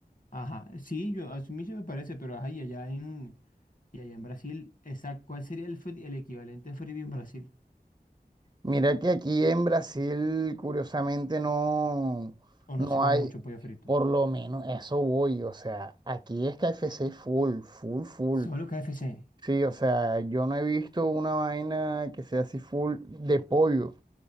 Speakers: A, on the left; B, on the right.
A: Ajá, sí, yo, a mí sí me parece, pero ajá, y allá en, y allá en Brasil, esa, ¿cuál sería el, fri- el equivalente a Frisbee en Brasil?
B: Mira que aquí en Brasil, curiosamente, no,
A: O
B: no
A: no se come
B: hay.
A: mucho pollo frito.
B: Por lo menos eso voy, o sea, aquí es KFC full, full, full.
A: Solo KFC.
B: Sí, o sea, yo no he visto una vaina que sea así full de pollo,